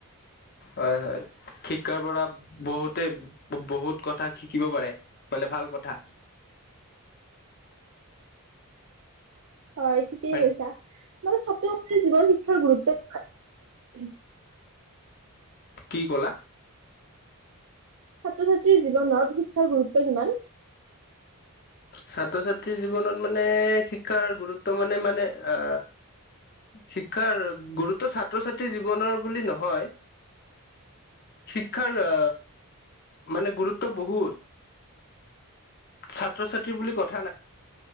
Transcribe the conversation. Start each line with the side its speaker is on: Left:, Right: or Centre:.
Left: হয় হয়। শিক্ষাৰ পৰা বহুতে, বহুত কথা শিকিব পাৰে, মানে ভাল কথা।
Right: হয়, ঠিকেই
Left: উম
Right: কৈছা। মোৰ ছাত্ৰ ছাত্ৰীৰ জীৱন শিক্ষাৰ গুৰু <unintelligible>
Left: কি ক'লা?
Right: ছাত্ৰ ছাত্ৰীৰ জীৱনত শিক্ষাৰ গুৰুত্ব কিমান?
Left: ছাত্ৰ ছাত্ৰীৰ জীৱনত মানে শিক্ষাৰ গুৰুত্ব মানে, মানে আ, শিক্ষাৰ গুৰুত্ব ছাত্ৰ ছাত্ৰীৰ জীৱনৰ বুলি নহয়, শিক্ষাৰ আ, মানে গুৰুত্ব বহুত। ছাত্ৰ ছাত্ৰী বুলি কথা না